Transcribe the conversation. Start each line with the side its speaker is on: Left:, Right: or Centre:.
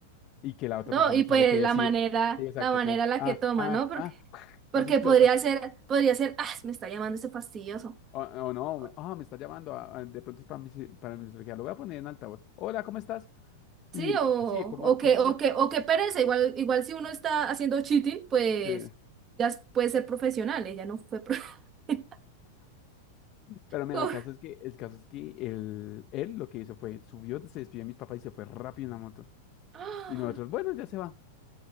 Left: y que la otra
Right: ¿no?
Left: persona
Right: Y
Left: no sabe
Right: pues
Left: qué decir.
Right: la manera,
Left: Sí, Exacto,
Right: la manera
Left: como,
Right: en la
Left: ah,
Right: que toma,
Left: ah,
Right: ¿no? Porque,
Left: ah, <laughs>
Right: porque
Left: casi explota.
Right: podría ser, podría ser, ah, me está llamando ese fastidioso.
Left: O, o no,
Right: O-
Left: me- ah, me está llamando, ah, ah, de pronto es para mi, ci- para mi cirugía, lo voy a poner en altavoz. Hola, ¿cómo estás?
Right: Sí,
Left: Y
Right: o,
Left: así, como
Right: o que,
Left: cosas
Right: o
Left: así.
Right: que, o que pereza. Igual, igual si uno está haciendo cheating, pues
Left: eh,
Right: ya s- puede ser profesional, ella no fue pro- <laughs>
Left: Pero mira,
Right: como-
Left: el caso es que, el caso es que él, él lo que hizo fue, subió, se despidió de mis papás y se fue rápido en la moto.
Right: ¡Ah!
Left: Y nosotros, bueno, ya se va.